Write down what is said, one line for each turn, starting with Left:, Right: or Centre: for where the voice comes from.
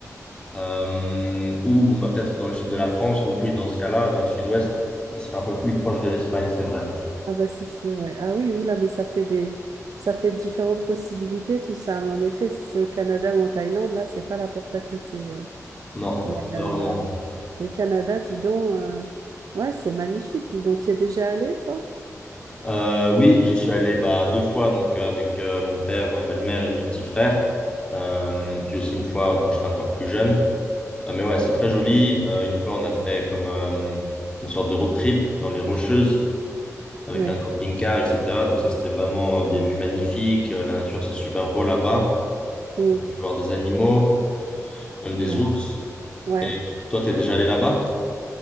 Left: euh, ou bon, bah, peut-être dans le sud de la France, donc oui, dans ce cas-là, dans le sud-ouest, il serait un peu plus proche de l'Espagne, c'est vrai.
Right: Ah bah c'est sûr. ouais. Ah oui, oula, mais ça fait des ça fait différentes possibilités tout ça. Mais en effet, si c'est au Canada ou en Thaïlande, là, c'est pas la porte à côté. ouais.
Left: Non,
Right: Mais
Left: pas
Right: euh,
Left: vraiment.
Right: le, le Canada, dis donc, euh, ouais, c'est magnifique, dis donc. Tu es déjà allé, toi?
Left: Euh, oui, j'y suis allé bah, deux fois, donc euh, avec euh, mon père, ma belle-mère et mes petits frères, Euh, puis aussi une fois euh, quand j'étais encore plus jeune. Euh, mais ouais, c'est très joli. Euh, une fois, on a fait comme euh, une sorte de road trip dans les Rocheuses avec
Right: Ouais.
Left: un camping-car, etc. Donc ça, c'était vraiment euh, des vues magnifiques. Euh, la nature, c'est super beau là-bas.
Right: Mm.
Left: On a pu voir des animaux, même des
Right: Ouais.
Left: ours.
Right: Ouais.
Left: Et toi, t'es déjà allé là-bas?